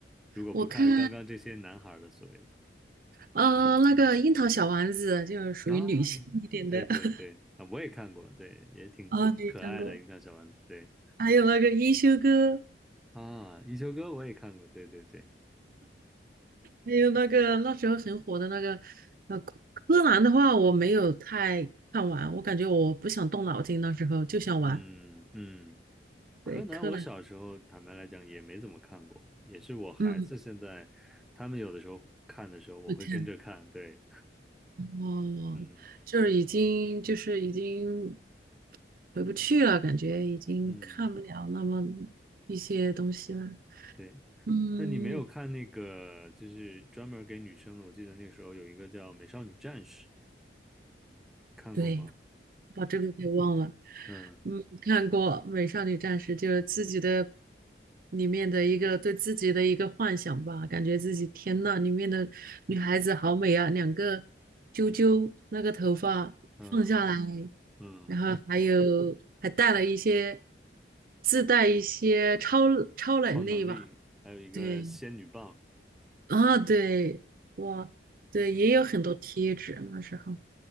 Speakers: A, in the centre; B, on the right (about 50°).
A: 如果不看刚刚这些男孩儿的所谓的，
B: 我看，呃，那个樱桃小丸子就是属于女性一点的
A: 嗯啊，对对对啊，
B: <laughs>
A: 我也看过，对，也挺挺可爱的《樱桃小丸子》，
B: 啊，你看过？
A: 对
B: 还有那个一休哥，
A: 啊，《一休哥》我也看过，对对对，
B: 还有那个那时候很火的那个，呃，柯南的话我没有太看完，我感觉我不想动脑筋，那时候就想玩。
A: 嗯嗯，柯南我小时候坦白来讲也没怎么看过，
B: 对，柯南，
A: 也是我孩子现在他们有的时候看的时候，
B: 嗯，
A: 我会跟着看，
B: 会看
A: 对，
B: 哦，
A: <laughs> 嗯
B: 就是已经就是已经回不去了，感觉已经看不了那么
A: 嗯，
B: 一些东西了。
A: 对，
B: 嗯，
A: 那你没有看那个，就是专门给女生的？我记得那个时候有一个叫《美少女战士》，你看过吗？
B: 对。把这个给忘了。
A: 嗯
B: 嗯，看过《美少女战士》，就是自己的里面的一个对自己的一个幻想吧，感觉自己天呐，里面的女孩子好美啊，两个啾啾，那个头发放下来，
A: 嗯嗯，
B: 然后还有还带了一些自带一些超超能力吧，
A: 超能力，还有一个仙女棒，
B: 对啊，对，哇，对，也有很多贴纸那时候，
A: 嗯。